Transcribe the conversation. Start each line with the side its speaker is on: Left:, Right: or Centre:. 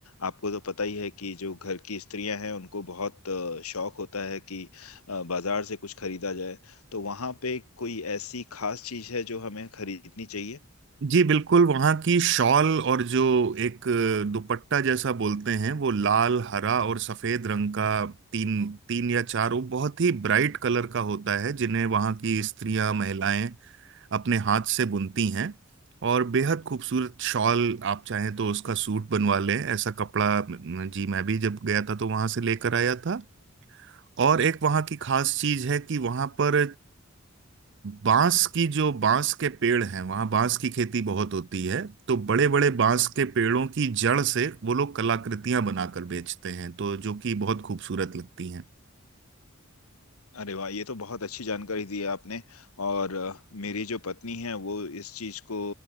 Left: आपको तो पता ही है कि जो घर की स्त्रियां हैं उनको बहुत अ, शौक होता है कि अ, बाजार से कुछ खरीदा जाए तो वहाँ पे कोई ऐसी खास चीज़ है जो हमें खरीदनी चाहिए
Right: जी बिल्कुल वहाँ की शॉल और जो एक अ, दुपट्टा जैसा बोलते हैं वो लाल हरा और सफेद रंग का तीन तीन या चार वो बहुत ही ब्राइट कलर का होता है जिन्हें वहाँ की स्त्रियां महिलाएं अपने हाथ से बुनती हैं और बेहद खूबसूरत शॉल आप चाहें तो उसका सूट बनवा लें ऐसा कपड़ा म, जी मैं भी जब गया था तो वहां से लेकर आया था और एक वहाँ की खास चीज है कि वहां पर बांस की जो बांस के पेड़ हैं वहाँ बांस की खेती बहुत होती है तो बड़े बड़े बांस के पेड़ों की जड़ से वो लोग कलाकृतियां बनाकर बेचते हैं तो जो कि बहुत खूबसूरत लगती हैं
Left: अरे वाह ये तो बहुत अच्छी जानकारी दी है आपने और अ, मेरी जो पत्नी है वो इस चीज़ को